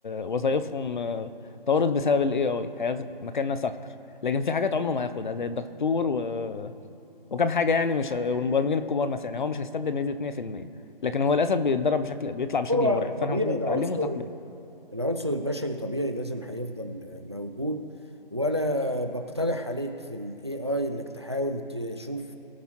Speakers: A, on the left; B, on the right.
A: وظائفهم آه، طارت بسبب الاي اي هياخد مكان ناس اكتر لكن في حاجات عمره ما هياخدها زي الدكتور و... وكم حاجه يعني مش والمبرمجين الكبار مثلا يعني هو مش هيستبدل بنسبه 100% لكن هو للاسف بيتدرب بشكل بيطلع بشكل
B: هو
A: مرعب فاحنا
B: طبيعي
A: المفروض نتعلمه
B: العنصر
A: وتقلم عليه.
B: العنصر البشري طبيعي لازم هيفضل موجود وانا بقترح عليك في الاي اي انك تحاول تشوف